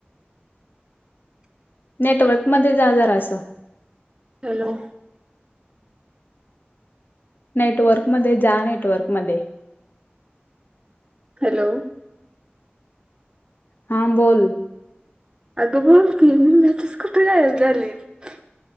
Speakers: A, on the left (about 55°); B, on the right (about 20°).
A: नेटवर्क मध्यें जां जरां असं
B: हॅलो
A: नेटवर्क मध्यें जां नेटवर्क मध्यें
B: हॅलो
A: हां बोल
B: अगं बोल की मध्येचं कुठे गायंब झालीसं